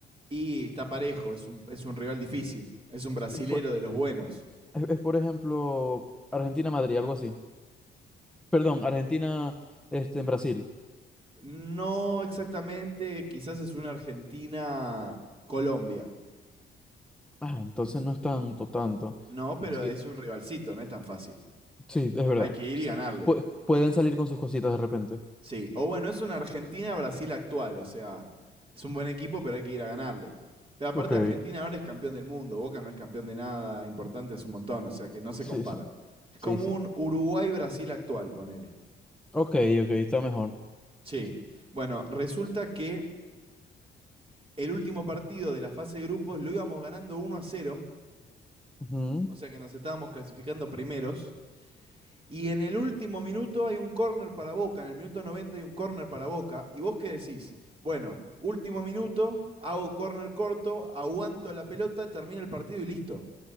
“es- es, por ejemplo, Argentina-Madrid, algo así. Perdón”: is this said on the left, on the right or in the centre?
Centre